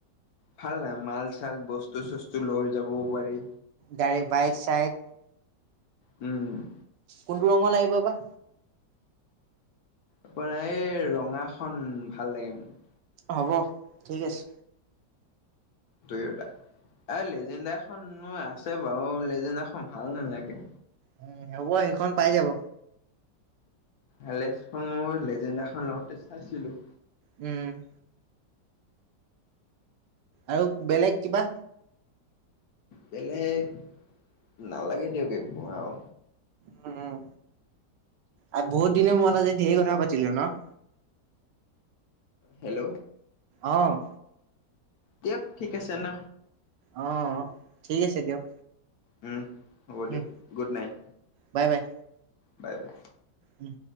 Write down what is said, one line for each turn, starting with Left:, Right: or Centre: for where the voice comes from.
Left: ভাল লাগে মাল-চাল বস্তু-চস্তু লৈ যাব পাৰি।
Right: গাড়ী, বাইক চাইক
Left: উম,
Right: কোনটো ৰঙৰ লাগিব বা?
Left: আপোনাৰ এই, ৰঙাখন ভাল লাগে মোক।
Right: হ'ব ঠিক আছে।
Left: দুয়োটা এই লেজেণ্ডা খনো আছে বাৰু লেজেণ্ডা খন ভাল নেলাগে।
Right: উম হ'ব সেইখন পাই যাব।
Left: ভালেস্খন মোৰ লেজেণ্ডাখন লওঁতে চাইছিলোঁ।
Right: উম। আৰু বেলেগ কিবা?
Left: বেলেগ নালাগে দিয়ক একো আৰু।
Right: হুম আ বহুত দিনৰ মূৰত আজি ঢেৰ কথা পাতিলোঁ ন?
Left: হেল্ল'।
Right: অ'।
Left: দিয়ক ঠিক আছে ন
Right: অ', অ', ঠিক আছে দিয়ক।
Left: উম, হ'ব
Right: উম,
Left: দিয়ক গুট night.
Right: Bye bye.
Left: Bye bye.
Right: উম।